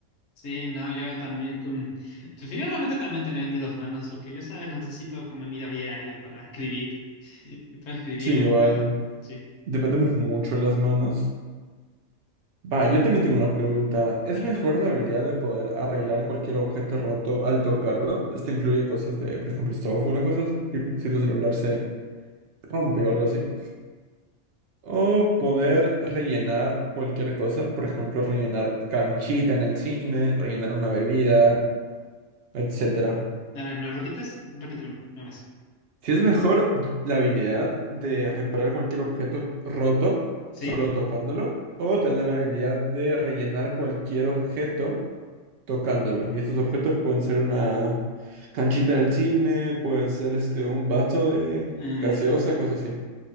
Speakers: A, on the left; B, on the right.
A: Sí, no, yo también con, preferiblemente también tener mis dos manos, porque yo, sabes, las necesito como en mi vida diaria para escribir, <laughs> para escribir,
B: Sí,
A: más
B: igual.
A: que nada. Sí,
B: Dependemos mucho de las manos. Va, yo también tengo una pregunta. ¿Es
A: a ver,
B: mejor la habilidad de poder arreglar cualquier objeto roto al tocarlo? Esto incluye cosas de, por ejemplo, software o cosas así, tipo si tu celular se rompe o algo así. O poder rellenar cualquier cosa, por ejemplo, rellenar canchita en el cine, rellenar una bebida, etcétera.
A: a ver, ¿me lo repites? Repíteme una vez.
B: Si es mejor la habilidad de reparar cualquier objeto roto
A: ¿Sí?
B: solo tocándolo, o tener la habilidad de rellenar cualquier objeto tocándolo. Y estos objetos pueden ser una canchita en el cine, pueden ser este un vaso de
A: Mm,
B: gaseosa, cosas así.